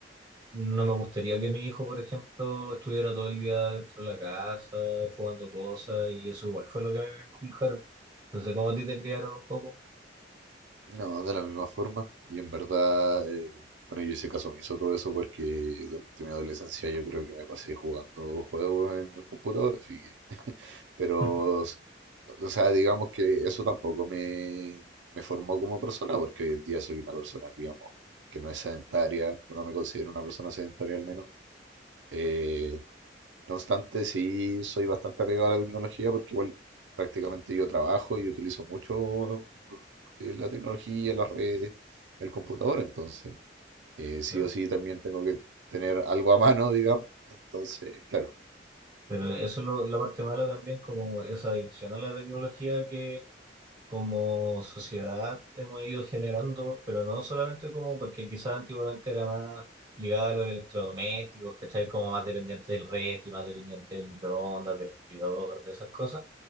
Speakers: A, on the right; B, on the right.
A: no me gustaría que mi hijo, por ejemplo, estuviera todo el día dentro de la casa jugando cosas y eso igual fue lo que a mí me inculcaron. No sé cómo a ti te criaron un poco.
B: no, de la misma forma. Y en verdad, eh, bueno, yo hice caso hizo todo eso porque durante mi adolescencia yo creo que me pasé jugando juegos en el computador, así que Pero,
A: <laughs>
B: s- o sea, digamos que eso tampoco me, me formó como persona, porque hoy en día soy una persona, digamos, que no es sedentaria, o no me considero una persona sedentaria al menos. Eh, no obstante, sí soy bastante apegado a la tecnología, porque igual prácticamente yo trabajo y utilizo mucho eh, la tecnología, las redes, el computador, entonces, eh, sí
A: No.
B: o sí también tengo que tener algo a mano, <laughs> digamos. Entonces, claro.
A: Pero eso es lo- la parte mala también, como esa adicción a la tecnología que como sociedad hemos ido generando, pero no solamente como, porque quizás antiguamente era más ligado a los electrodomésticos, ¿cachai? Como más dependiente del refri, más dependiente del microondas, del hervidor, de esas cosas.